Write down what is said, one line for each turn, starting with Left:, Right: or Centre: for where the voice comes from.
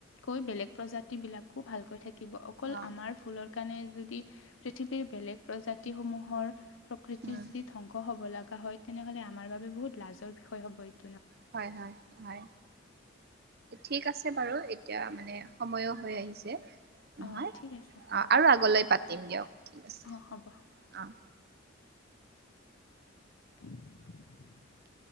Left: কৰি বেলেগ প্ৰজাতি বিলাকো ভালকৈ থাক থাকিব। অকল
Right: অ
Left: আমাৰ ভুলৰ কাৰণে যদি পৃথিৱীৰ বেলেগ প্ৰজাতি সমূহৰ প্ৰকৃতি
Right: উম
Left: যদি ধ্বংস হ'ব লগা হয়, তেনেহ'লে আমাৰ বাবে বহুত লাজৰ বিষয় হ'ব এই
Right: হয় হয় হয়, ঠিক আছে বাৰু এতিয়া মানে সময়ো হৈ আহিছে। নহয়
Left: অঁ ঠিক আছে হ'ব
Right: অঁ আৰু আগলৈ পাতিম দিয়ক ঠিক আছে
Left: অঁ হ'ব
Right: অঁ
Left: <inaudible>